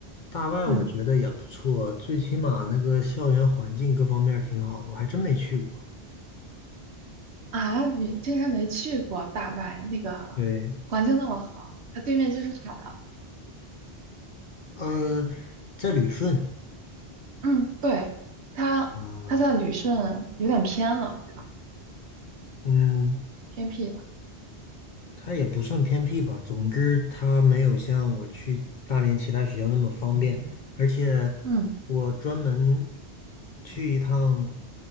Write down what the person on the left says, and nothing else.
大外我觉得也不错，
最起码那个校园环境各方面儿挺好，我还真没去过。
对，
呃，在旅顺
啊，
嗯，
它也不算偏僻吧。总之，它没有像我去大连其他学校那么方便，嗯而且
我专门去一趟